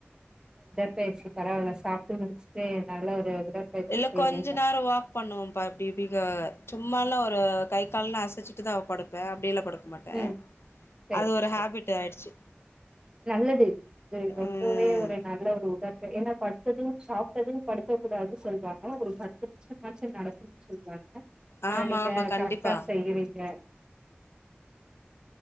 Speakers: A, on the right (about 20°); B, on the left (about 85°).
A: சேரி சேர் பரவால்ல சாப்ட்டு முடிச்சுட்டு நல்ல ஒரு உடற்பயிற்சி
B: இல்ல
A: செய்றீங்க
B: கொஞ்ச நேரோ வாக் பண்ணுவோம்பா அப்டி இப்டி கா சும்மாலா ஒரு கை கால்ல அசைச்சிட்டு தான் படுப்பே அப்டியிலா படுக் மாட்டே
A: ம் சரி
B: அது ஒரு
A: சரி
B: ஹேபிட் ஆயிற்ச்சு
A: நல்லது இது ரொம்பவே
B: ம்
A: ஒரு நல்ல ஒரு <unintelligible> ஏன்னா பட்த்தது சாப்ட்டது படுத் போ கூடாது சொல்லுவாங்க ஒரு பத்து நிமிஷம்மாச்சு நடக்கனுன் சொல்வாங்க
B: ஆமா
A: அ நீங்க
B: ஆமா கண்டிப்பா
A: கரெக்டா செய்றீங்க